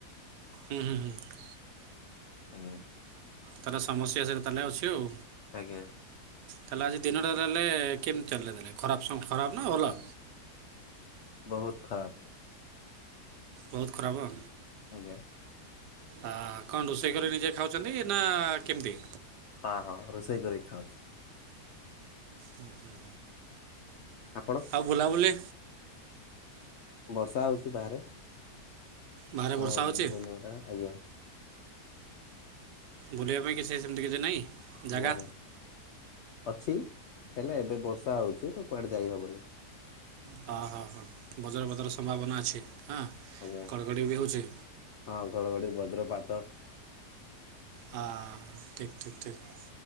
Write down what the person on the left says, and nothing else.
ଆଜ୍ଞା।
ଆଜ୍ଞା!।
ବହୁତ ଖରାପ।
ଆଜ୍ଞା!।
ହଁ ହଁ ରୋଷେଇ କରିକି ଖାଉଛି।
ଆପଣ?
ବର୍ଷା ହଉଛି ବାହାରେ।
ହଁ
ବୁଲିବା ଟା ଆଜ୍ଞା!
ନାହିଁ, ଅଛି ହେଲେ ଏବେ ବର୍ଷା ହେଉଛି ତ କୁଆଡ଼େ ଯାଇହବନି।
ଆଜ୍ଞା
ହଁ ଘଡ଼ଘଡ଼ି ବଜ୍ରପାତ